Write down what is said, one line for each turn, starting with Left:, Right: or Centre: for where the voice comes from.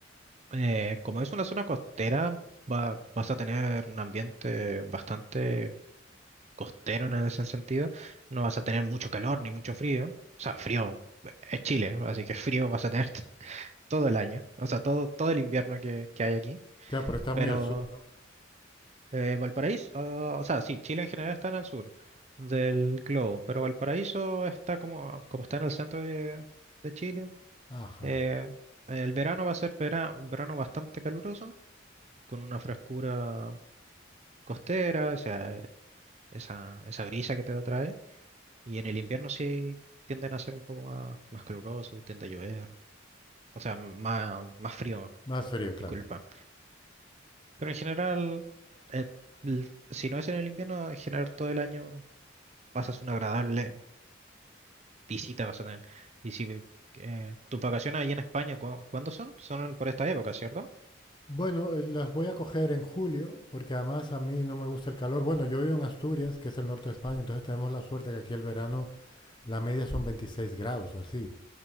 Right: Eh, como es una zona costera, va, vas a tener un ambiente bastante costero en ese sentido. No vas a tener mucho calor ni mucho frío. O sea, frío eh, es Chile, así que frío vas a tener <laughs> todo el año. O sea, todo, todo el invierno que, que hay aquí.
Left: Claro, pero está
Right: pero
Left: muy al sur, ¿no?
Right: Eh, Valparaíso, ah, o sea, sí, Chile en general está en el sur del globo, pero Valparaíso está como, como está en el centro de, de Chile.
Left: Ajá,
Right: eh, el verano va a ser vera- un verano bastante caluroso, con una frescura costera, o sea, eh, esa, esa brisa que te atrae. Y en el invierno sí tienden a ser un poco más, más caluroso, tiende a llover, o sea, más, más frío,
Left: más frío, claro.
Right: disculpa. Pero en general, eh, l- si no es en el invierno, en general todo el año. pasas una agradable visita, vas a tener. Y si eh, tus vacaciones allá en España, ¿cu- ¿cuándo son? Son por esta época, ¿cierto?
Left: Bueno, eh, las voy a coger en julio, porque además a mí no me gusta el calor. Bueno, yo vivo en Asturias, que es el norte de España, entonces tenemos la suerte que aquí el verano la media son 26 grados o así.